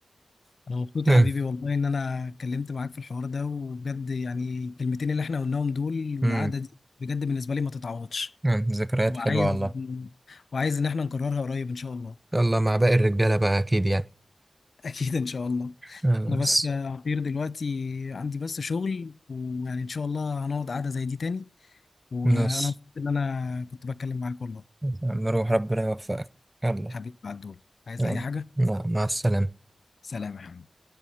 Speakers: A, on the left; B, on the right.
A: أنا مبسوط
B: <laughs> أمم،
A: يا حبيبي والله إن أنا اتكلمت معاك في الحوار ده وبجد يعني الكلمتين اللي إحنا قلناهم دول والقعدة
B: أمم،
A: دي بجد بالنسبة لي ما تتعوضش
B: أمم، <laughs> ذكريات
A: وعايز
B: حلوة والله
A: وعايز إن إحنا نكررها قريب إن شاء الله
B: يلا مع باقي الرجالة بقى أكيد يعني
A: <laughs> أكيد إن شاء الله
B: خلاص
A: انا بس يا عبير دلوقتي عندي بس شغل ويعني ان شاء الله هنقعد قعدة زي دي تاني وانا
B: خلاص
A: مبسوط ان انا كنت بتكلم معاك والله
B: نروح ربنا يوفقك يلا
A: حبيبي بعد دول عايز
B: يلا
A: اي حاجة
B: مع مع السلامة
A: سلام يا حبيبي